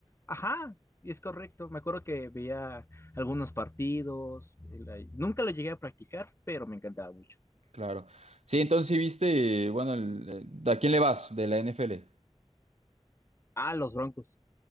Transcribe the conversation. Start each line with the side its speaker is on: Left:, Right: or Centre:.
Left: Ajá, y es correcto. Me acuerdo que veía algunos partidos. el- Nunca lo llegué a practicar, pero me encantaba mucho.
Right: Claro. Sí, entonces, sí viste, bueno, el- eh, ¿a quién le vas de la NFL?
Left: Ah, los Broncos.